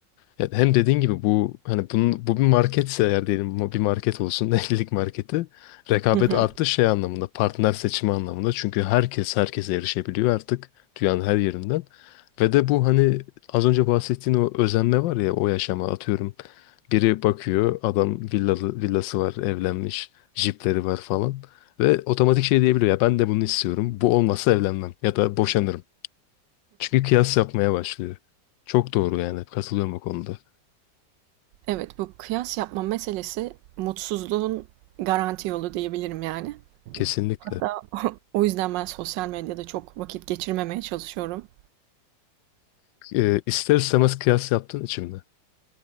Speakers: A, on the left; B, on the right.
A: ya hem dediğin gibi bu hani bunun, bu bir marketse eğer diyelim bu bir market olsun <laughs> evlilik marketi rekabet
B: Hı hı.
A: arttı şey anlamında partner seçimi anlamında çünkü herkes herkese erişebiliyor artık dünyanın her yerinden ve de bu hani az önce bahsettiğin o özenme var ya o yaşama atıyorum biri bakıyor adam villalı, villası var evlenmiş jipleri var falan ve otomatik şey diyebiliyor ya ben de bunu istiyorum bu olmazsa evlenmem ya da boşanırım çünkü kıyas yapmaya başlıyor. Çok doğru yani katılıyorum bu konuda.
B: Evet, bu kıyas yapma meselesi mutsuzluğun garanti yolu diyebilirim yani.
A: Kesinlikle.
B: Hatta <laughs> o yüzden ben sosyal medyada çok vakit geçirmemeye çalışıyorum.
A: Ee, ister istemez kıyas yaptın içimde.